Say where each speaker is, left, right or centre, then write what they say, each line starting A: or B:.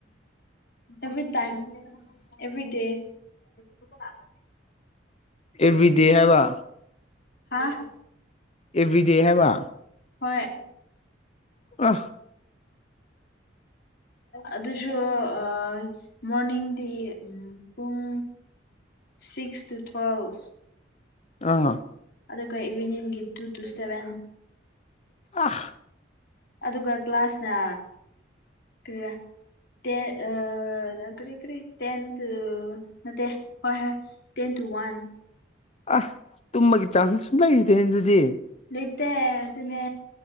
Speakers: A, on the left; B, on the left.
A: ꯑꯦꯚ꯭ꯔꯤ ꯇꯥꯏꯝ ꯑꯦꯚ꯭ꯔꯤ ꯗꯦ <unintelligible>
B: ꯑꯦꯚ꯭ꯔꯤ ꯗꯦ ꯍꯥꯏꯕ
A: ꯍꯥ
B: ꯑꯦꯕ꯭ꯔꯤꯗꯦ ꯍꯥꯏꯕ
A: ꯍꯣꯏ
B: ꯑ
A: ꯑꯗꯨꯁꯨ ꯑꯥ ꯃꯣꯔꯅꯤꯡꯗꯤ ꯎꯝ ꯄꯨꯡ ꯁꯤꯛꯁ ꯇꯨ ꯇꯨꯋꯦꯜꯐ
B: ꯑꯥ
A: ꯑꯗꯨꯒ ꯏꯚꯤꯅꯤꯡꯒꯤ ꯇꯨ ꯇꯨ ꯁꯚꯦꯟ
B: ꯑꯁ
A: ꯑꯗꯨꯒ ꯀ꯭ꯂꯥꯁꯅ ꯀ꯭ꯔꯤꯔ ꯇꯦ ꯑꯥ ꯀ꯭ꯔꯤ ꯀ꯭ꯔꯤ ꯇꯦꯟ ꯇꯨ ꯅꯠꯇꯦ ꯍꯣꯏ ꯍꯣꯏ ꯇꯦꯟ ꯇꯨ ꯋꯥꯟ
B: ꯑꯥ ꯇꯨꯝꯕꯒꯤ ꯆꯥꯟꯁꯁꯨ ꯁꯨꯡꯂꯩ ꯂꯩꯇꯦꯅꯦ ꯑꯗꯨꯗꯤ
A: ꯂꯩꯇꯦ ꯑꯗꯨꯅꯦ